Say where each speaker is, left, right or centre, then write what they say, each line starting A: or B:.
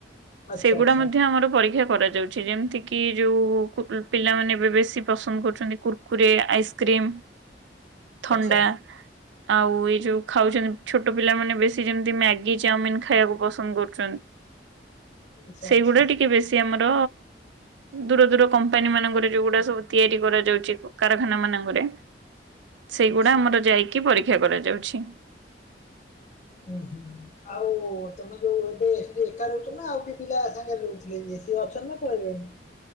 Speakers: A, on the left; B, on the right.
A: ଆଚ୍ଛା
B: ସେଗୁଡା
A: ଆଚ୍ଛା
B: ମଧ୍ୟ ଆମର ପରୀକ୍ଷା କରାଯାଉଛି। ଯେମିତି କି ଯୋଉ ପିଲାମାନେ ଏବେ ବେଶୀ ପସନ୍ଦ କରୁଚନ୍ତି କୁର୍କୁରେ ଆଇସ୍ କ୍ରିମ୍ ଥଣ୍ଡା
A: ଆଚ୍ଛା
B: ଆଉ ଏଇ ଯୋଉ ଖାଉଚନ୍ତି ଛୋଟ ପିଲାମାନୋନେ ବେଶୀ ଯେମିତି ମ୍ୟାଗି ଚାଉମିିନ ଖାଇବାକୁ ପସନ୍ଦ କରୁଚନ୍ତି।
A: ଆଚ୍ଛା
B: ସେଇଗୁଡା
A: ଆଚ୍ଛା।
B: ଟିକେ ବେଶୀ ଆମର ଦୂର ଦୂର କମ୍ପାନୀ ମାନଙ୍କରେ ଯୋଉଗୁଡା ସବୁ ତିଆରି କରାଯାଉଛି କାରଖାନା ମାନଙ୍କରେ ସେଇଗୁଡା
A: ଆଚ୍ଛା।
B: ଆମର ଯାଇକି ପରୀକ୍ଷା କରାଯାଉଛି।
A: ଉଁ ହୁଁ। ଆଉ ତମେ ଯୋଉ ଏବେ ସେଠି ଏକା ରହୁଚ ନା ଆଉକିଏ ପିଲା ସାଙ୍ଗେରେ ରହୁଥିଲେ ସ ଅଛନ୍ତୀ ନା ପଳେଇଣି